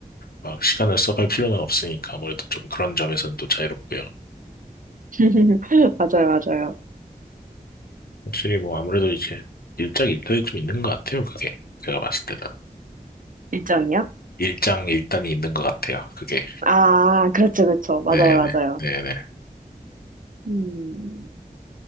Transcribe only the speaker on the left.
막 시간을 써갈 필요는 없으니까 아무래도 좀 그런 점에서는 또 자유롭고요.
확실히 뭐 아무래도 이제 일장 일단이 좀 있는 것 같아요. 그게. 제가 봤을 때는.
일장 일단이 있는 것 같아요. 그게.
네네.
네네.